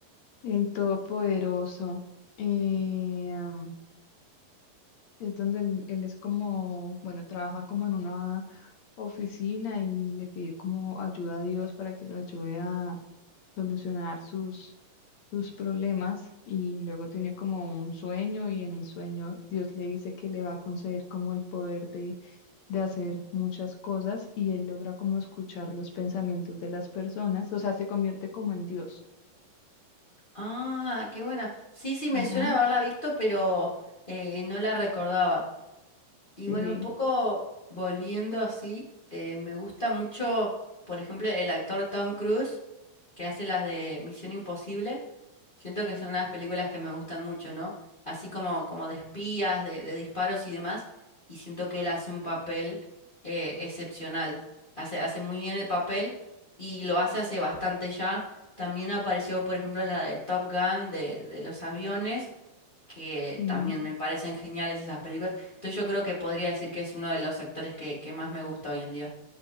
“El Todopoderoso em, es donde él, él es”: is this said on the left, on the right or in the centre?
Left